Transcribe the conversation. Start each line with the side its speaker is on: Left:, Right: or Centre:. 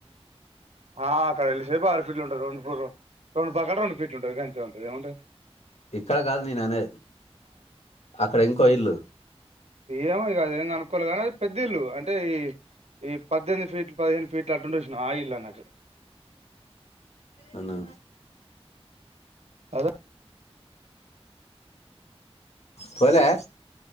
Right: ఆ అక్కడ యల్ సేపు ఆరు ఫీట్లు ఉంటది రెండు ఫ్లోర్లు రెండు పక్కల రెండు ఫీట్లు ఉంటంది గంతే ఉంటది ఏం ఉంటది
Left: ఇక్కడ కాదు నేను అనే అక్కడ ఇంకో ఇల్లు
Right: ఏమోకద ఏం అనుకోలే కానీ అది పెద్ద ఇల్లు అంటే ఈ పద్దెనిమిది ఫీట్లు పదిహేను ఫీట్లు అంటుంది చూసినావా ఆ ఇల్లు అన్నట్టు
Left: అవునా
Right: అద
Left: పోలే